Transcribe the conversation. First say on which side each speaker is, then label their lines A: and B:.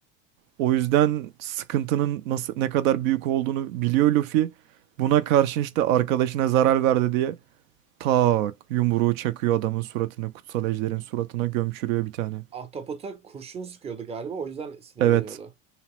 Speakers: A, on the right; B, on the right.
A: O yüzden sıkıntının nasıl ne kadar büyük olduğunu biliyor Luffy. Buna karşın işte arkadaşına zarar verdi diye tak yumruğu çakıyor adamın suratına, kutsal ejderin suratına gömçürüyor bir tane.
B: Ahtapot'a kurşun sıkıyordu galiba o yüzden sinirleniyordu.
A: Evet.